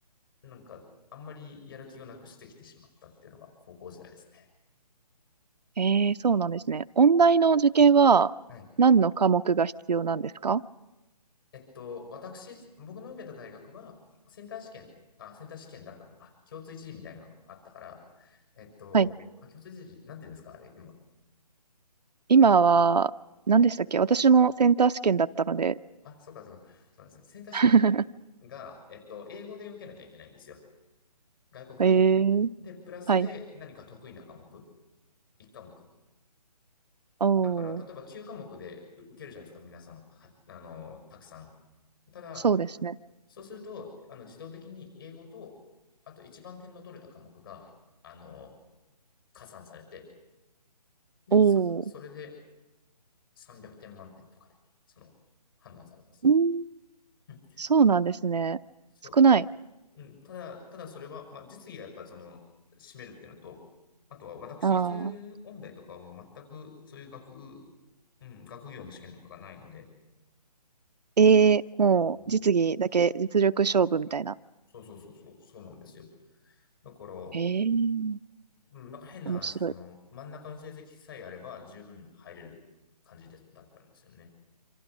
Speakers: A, on the left (about 35°); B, on the right (about 75°).
A: なんかあんまりやる気をなくしてきてしまったっていうのが高校時代ですね。
B: ええ、そうなんですね。音大の受験は何の科目が必要なんですか
A: はい。えっと、私、僕の受けた大学は、センター試験、あ、センター試験だったのか、共通一次みたいなのがあったから、えっと、
B: はい。
A: あ、共通一次、なんて言うんですか、あれ、今。
B: 今は、何でしたっけ私もセンター試験だったので。
A: あ、そうか、そうか、そうですね。センター試験
B: <laughs>
A: が、えっと、英語で受けなきゃいけないんですよ。外国語。
B: ええ、
A: で、プラスで何か得意な科目、
B: はい。
A: 1科目。
B: おー、
A: だから、例えば9科目で受けるじゃないですか、皆さん、はあの、たくさん。ただ、
B: そうですね。
A: そうすると、あの、自動的に英語と、あと一番点の取れた科目が、あの、加算されて、で、
B: おー、
A: それそれで300点満点とかで、その、判断されます。
B: うん、
A: うん。
B: そうなんですね。
A: そう、
B: 少ない。
A: た、うん、ただ、ただそれは、まあ、実技がやっぱその、占めるっていうのと、あとは私立音大とかはもう全くそういう学、
B: ああ、
A: うん、学業の試験とかがないので、
B: ええ、もう実技だけ実力勝負みたいな。
A: そうそうそうそう、そうなんですよ。だから、
B: ええ、
A: うん、なんか変な話、
B: 面白い。
A: その、真ん中の成績さえあれば十分入れる感じで、だったんですよね。